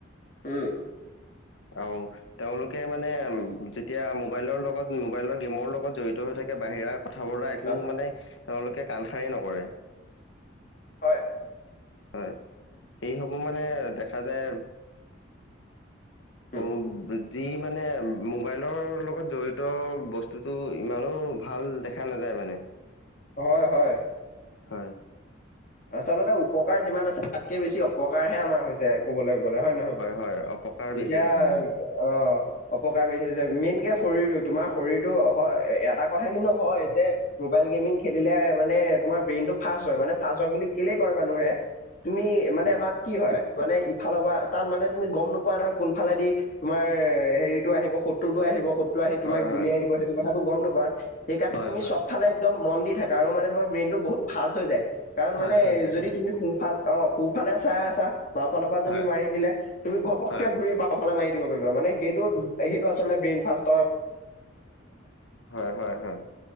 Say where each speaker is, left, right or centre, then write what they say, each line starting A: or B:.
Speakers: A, on the left; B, on the left.
A: উম।
B: আৰু তেওঁলোকে মানে উ যেতিয়া মোবাইলৰ লগ ত মোবাইলৰ গেমৰ লগত জড়িত হৈ থাকে, বাহিৰা কথা বৰা একো
A: অ,
B: মানে তেওঁলোকে কাণসাৰে নকৰে।
A: হয়।
B: হয়, সেইসমূহ মানে দেখা যায়
A: উম
B: <inaudible> যি মানে মোবাইলৰ লগত জড়িত বস্তুটো ইমানো ভাল দেখা নাযায়। <inaudible>
A: হয়, হয়।
B: হয়।
A: আচলতে উপকাৰ যিমান আছে, তাতকে বেছি অপ কাৰহে আমাৰ হৈছে ক'বলৈ গ'লে হয়, নহয় বাৰু
B: হয় অপকাৰ
A: এতিয়া
B: বেছি আছে হয়
A: অহ, অপকাৰ বেছি যে, মেইনকে শৰীৰটো তোমাৰ শৰীৰটো এটা কথা কিন্তু হয় যে মোবাইল গেমিং খেলিলে মানে তোমাৰ ব্ৰেইনটো ফাষ্ট হয়, মানে ফাষ্ট বুলি কেলে কয় মানুহে তুমি মানে
B: হয়
A: তাত কি হয়, মানে ইফালৰ পৰা তাত মানে তুমি গম নোপোৱা নহয় কোনফালেদি তোমাৰ হেৰিতটো আহিব শত্ৰুটো আহিব শত্ৰু আহি তোমাক
B: হয়
A: গুলিয়াই
B: হয়
A: দিব সেইটো কথাটো গম নোপোৱা, সেইকাৰণে
B: হয়
A: তুমি
B: হয়
A: চবফালে একদম মন দি থাকা আৰু মানে তোমাৰ ব্ৰেইনটো বহুত ফাষ্ট হৈ যায়, কাৰণ
B: ফাষ্ট
A: মানে
B: হৈ যায়
A: যদি তুমি সো অ', সোঁফালে চাই আছা বাওঁফালৰ
B: হয়
A: পৰা যদি মাৰি দিলে তুমি ঘপককে
B: হয়
A: ঘূৰি বাওঁফালে মাৰি দিব পাৰিব মানে সেইটো,
B: হয়
A: সেইটো আচলতে ব্ৰেইনফাষ্ট
B: হয়, হয়, হয়,